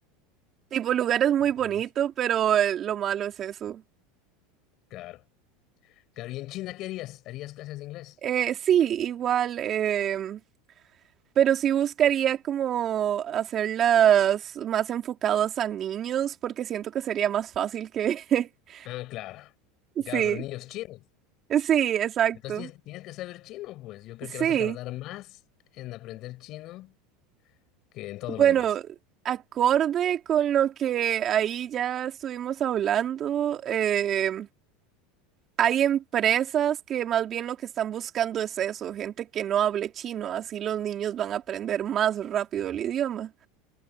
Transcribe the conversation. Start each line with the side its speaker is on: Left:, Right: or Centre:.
Right: tipo lugar es muy
Left: No,
Right: bonito,
Left: pues,
Right: pero eh, lo malo es eso.
Left: claro. Claro, ¿y en China qué harías? ¿Harías clases de inglés?
Right: Eh, sí, igual. em, Pero sí buscaría como hacerlas más enfocadas a niños porque siento que sería más fácil que... <laughs>
Left: Ah, claro. Claro,
Right: Sí,
Left: pero niños chinos.
Right: sí, exacto.
Left: Entonces tienes, tienes que saber chino, pues. Yo creo
Right: Sí.
Left: que vas a tardar más en aprender chino que en todo
Right: Bueno,
Left: lo demás.
Right: acorde con lo que ahí ya estuvimos hablando, eh, hay empresas que más bien lo que están buscando es eso, gente que no hable chino, así los niños van a aprender más rápido el idioma.